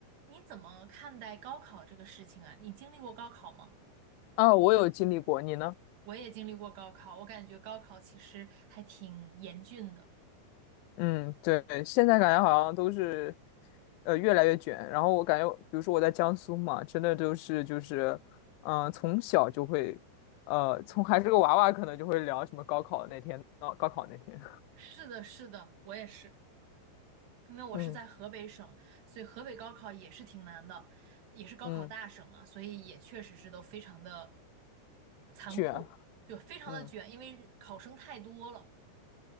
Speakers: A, on the right; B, on the left.
A: 你怎么看待高考这个事情啊？你经历过高考吗？
B: 啊，我有经历过，你呢？
A: 我也经历过高考，我感觉高考其实还挺严峻的。
B: 嗯，对，现在感觉好像都是，呃，越来越卷。然后我感觉，比如说我在江苏嘛，真的都是就是，嗯、从小就会，呃，从还是个娃娃，可能就会聊什么高考那天，哦高考那天，
A: 是的，是的，我也是，因为我是在河北省，
B: <laughs> 嗯
A: 所以河北高考也是挺难的，也是高考大省嘛，
B: 嗯，
A: 所以也确实是都非常的残酷，
B: 卷，
A: 就非常的卷，
B: 嗯
A: 因为考生太多了，